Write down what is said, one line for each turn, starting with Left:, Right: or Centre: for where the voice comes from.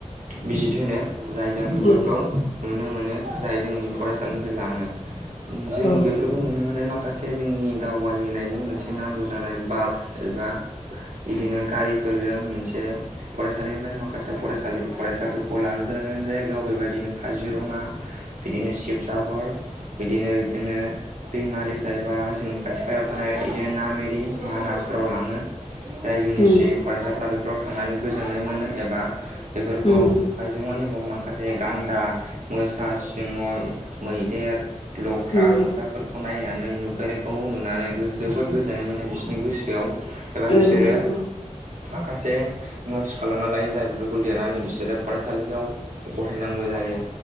Right: बिजित होनो जाय जों बेफोरखौ
Left: औ उम
Right: नुनो मोनो जाय जोंनि फरायसालिनिफ्राय लाङो जों
Left: उम
Right: बे खौ नुनो मोनो माखासे जोंनि दावबायनायनि मोनसे नांगौ जानाय बास एबा बिदिनो गारिफोरजों मोनसे फरायसालिनिफ्राय माखासे फरायसालि फरायसाफोरखौ लानोनो गोनां गोनान जायगायाव बेबायदिनो काजिरङा बिदिनो शिबसागर बिदिनो बिदिनो दैमा दैस एबा जोंनि खाथि खालायाव थानाय बिदिनो ना मेरि मा ना फोराव लाङो जाय जोंनि
Left: उम
Right: सि फरायसाफ्रा बेफोराव थांनानै गोजोननाय मोनो एबा बेफोरखौ
Left: उम
Right: हायजौमानि माखासे गान्दा मोसा सिङाव मैदेर लख्रा
Left: उम
Right: मोख्राफोरखौ नायनानै नुफेरैखौ नुनानै जोबोद गोजोननाय मोनो बिसोरनि गोसो बेयाव एबा
Left: औ
Right: बिसोरो
Left: नंगौ
Right: माखासे नट्स खालामना लायो जाय बेफोरखौ लिरनानै बिसोरो फरायसालियाव गथायनांगौ जायो।